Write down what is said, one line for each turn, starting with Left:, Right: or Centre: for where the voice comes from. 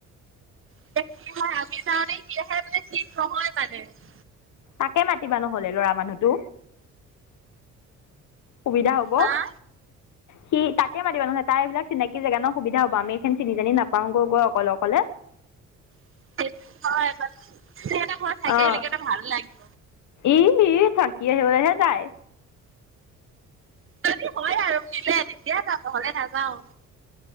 Right: <unintelligible>
Left: তাকে মাতি বা নহলে, ল'ৰা মানুহ টো! সুবিধা হ'ব!
Right: হা?
Left: সি তাকে মাতিবা নহ'লে, তাৰ এইবিলাক চিনাকি জেগা ন? সুবিধা হ'ব! আমি ইখন চিনি-জানি নাপাওঁ অকলে-অকলে!
Right: <unintelligible>
Left: অঁ ই, ই, থাকি আহিবলৈহে যায়!
Right: যদি হয় আৰু মিলে, তেতিয়া যাম, নহ'লে নাযাওঁ।